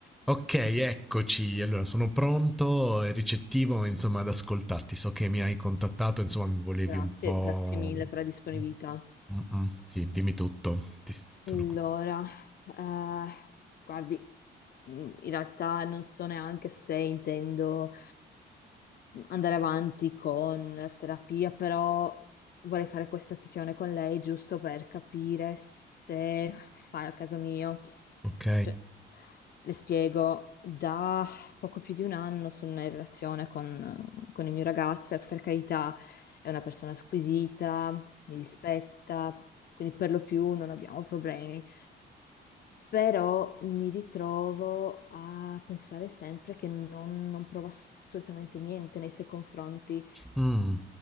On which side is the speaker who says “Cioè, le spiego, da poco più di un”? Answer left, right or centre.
Left